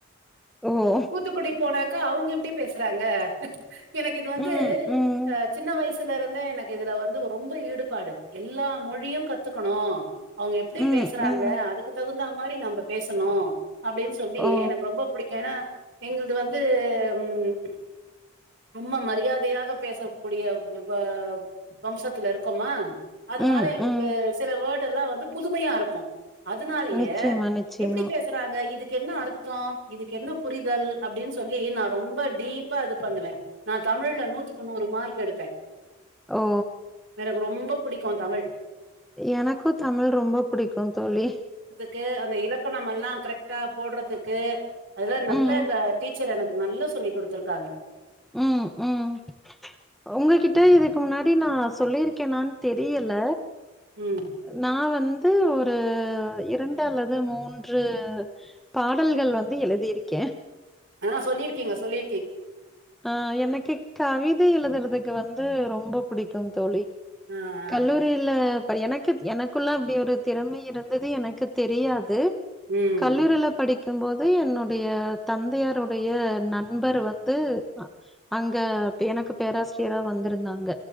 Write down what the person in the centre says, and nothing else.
ஒ ஓ
ம் ம்
ம்
ம்
ஓ
ம்
ம்
நிச்சயமா நிச்சயமா
ஒ ஓ
எனக்கு தமிழ் ரொம்ப புடிக்கும் தோழி
ம்
உம் உம் உங்ககிட்ட இதுக்கு முன்னாடி நா சொல்லியிருக்கனான்னு தெரியல
நா வந்து ஒரு இரண்டு அல்லது மூன்று பாடல்கள் வந்து எழுதியிருக்கே
ஆ எனக்கு கவிதை எழுதுறதுக்கு வந்து ரொம்ப புடிக்கும் தோழி
கல்லூரில்ல அப்படி எனக்கு எனக்குள்ள அப்டி ஒரு திறமை இருந்தது எனக்கு தெரியாது
கல்லூரில படிக்கு போது என்னுடைய தந்தையாருடைய நண் நண்பர் வந்து ஆ அங்க எனக்கு பேராசிரியரா வந்திருந்தாங்க